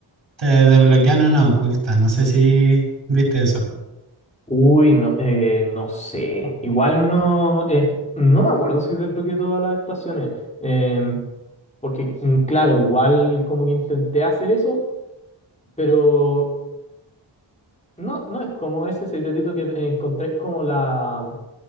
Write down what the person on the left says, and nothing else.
Uy, no, eh, no sé. Igual no, eh, no me acuerdo si desbloqueé todas las estaciones. em, porque, mm, claro, igual como que intenté hacer eso, pero no, no es como ese secretito que encontré es como la